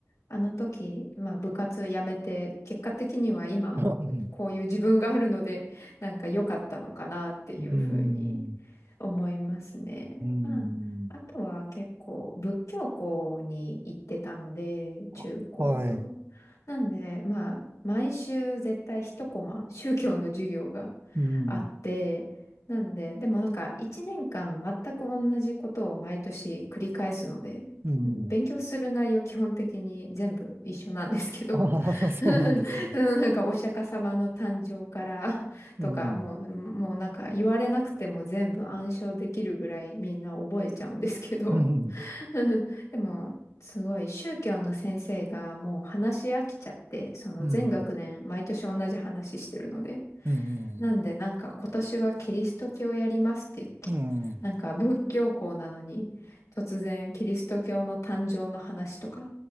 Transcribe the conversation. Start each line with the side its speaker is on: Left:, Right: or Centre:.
Left: あの時、まあ部活辞めて、結果的には今、
Right: うん、
Left: こういう自分があるので、<laughs> なんか良かったのかなっていうふうに
Right: うん
Left: 思いますね。
Right: うーん。
Left: まあ、あとは結構仏教校に行ってたので、
Right: あはい。
Left: 中高と。なんで、まあ、毎週絶対一コマ、宗教の授業が
Right: うん。
Left: あって、なんで、でもなんか一年間全く同じことを毎年繰り返すので、
Right: うん。
Left: 勉強する内容基本的に全部一緒なんですけど、
Right: ああ、<laughs> そうなんですね。
Left: <laughs> そのなんかお釈迦様の誕生から <laughs>
Right: うん。
Left: とか、もう、もうなんか言われなくても全部暗唱できるぐらいみんな覚えちゃうんですけど、
Right: うん。
Left: <laughs> でも、すごい宗教の先生がもう話し飽きちゃって、その全学年毎年同じ話してるので、
Right: うん。うん。
Left: なんでなんか今年はキリスト教やりますって言って、
Right: うん。
Left: なんか仏教校なのに突然キリスト教の誕生の話とか